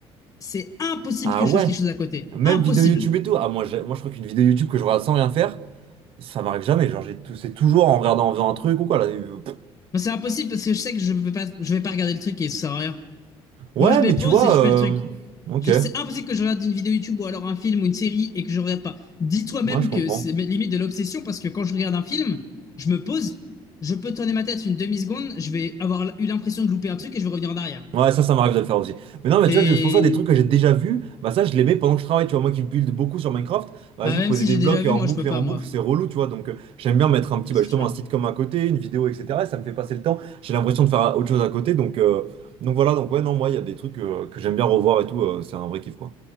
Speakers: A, on the left; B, on the right.
A: c'est impossible
B: Ah
A: que je
B: ouais,
A: fasse quelque chose à côté.
B: même
A: Impossible.
B: vidéo YouTube et tout. Ah, moi, j'ai- moi, je crois qu'une vidéo YouTube que je regarde sans rien faire. Ça m'arrive jamais, genre j'ai tout- c'est toujours en regardant, en faisant un truc ou quoi là. euh, pff.
A: Bah, c'est impossible parce que je sais que je vais pas, je vais pas regarder le truc et ça sert à rien.
B: Ouais,
A: Moi, je mets
B: mais
A: pause
B: tu vois,
A: et je
B: euh,
A: fais le truc.
B: ok,
A: Genre, c'est impossible que je regarde une vidéo YouTube ou alors un film ou une série et que je regarde pas. Dis-toi même
B: ouais, je comprends.
A: que c'est limite de l'obsession parce que quand je regarde un film, je me pose, je peux tourner ma tête une demi-seconde, je vais avoir eu l'impression de louper un truc et je vais revenir en arrière.
B: Ouais, ça, ça m'arrive de le faire aussi. Mais non, mais
A: Et
B: tu vois, c'est pour ça des trucs que j'ai déjà vus, bah ça, je les mets pendant que je travaille. Tu vois, moi qui build beaucoup sur Minecraft, bah,
A: bah,
B: vas-y,
A: même
B: poser
A: si
B: des
A: j'ai
B: blocs
A: déjà vu,
B: en
A: moi,
B: boucle
A: je peux
B: et
A: pas,
B: en boucle,
A: moi.
B: c'est relou, tu vois. Donc, euh, j'aime bien mettre un petit,
A: Ouais,
B: bah,
A: c'est
B: justement,
A: sûr.
B: un sitcom à côté, une vidéo, etc. et ça me fait passer le temps. J'ai l'impression de faire euh, autre chose à côté, donc, euh, donc voilà. Donc, ouais, non, moi, il y a des trucs euh, que j'aime bien revoir et tout, euh, c'est un vrai kiff, quoi.